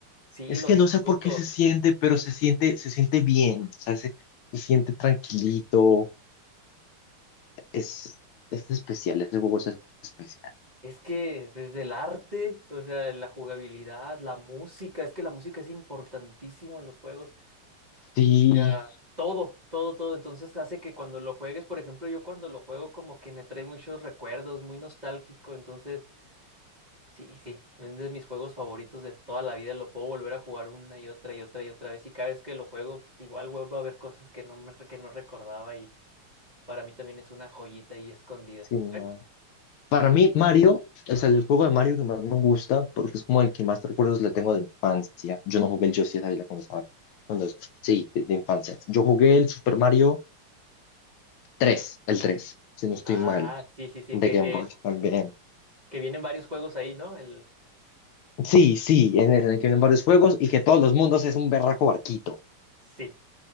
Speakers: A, on the right; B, on the left.
A: Sí,
B: Es
A: lo
B: que
A: disfruto.
B: no sé por qué se siente, pero se siente, se siente bien. O sea, se, se siente tranquilito. Es, es especial, ese juego es especial.
A: Es que desde el arte, o sea, la jugabilidad, la música, es que la música es importantísimo en los juegos.
B: Sí,
A: O sea, todo, todo, todo. Entonces hace que cuando lo juegues, por ejemplo, yo cuando lo juego como que me trae muchos recuerdos, muy nostálgico. Entonces, sí, sí, es de mis juegos favoritos de toda la vida. Lo puedo volver a jugar una y otra y otra y otra vez. Y cada vez que lo juego, pues igual vuelvo a ver cosas que no me, que no recordaba y para mí también es una joyita ahí escondida.
B: sí, no.
A: Bueno,
B: Para mí, Mario es el juego de Mario que más me gusta porque es como el que más recuerdos le tengo de infancia. Yo no jugué el Yoshi de la cuando estaba. Cuando, es- sí, de, de infancia. Yo jugué el Super Mario tres el 3 si no estoy
A: Ah,
B: mal,
A: sí, sí, sí,
B: de
A: que,
B: Game
A: que,
B: Boy también.
A: que vienen varios juegos ahí, ¿no? El...
B: Sí, sí, en el, en el que vienen varios juegos y que todos los mundos es un berraco barquito.
A: Sí,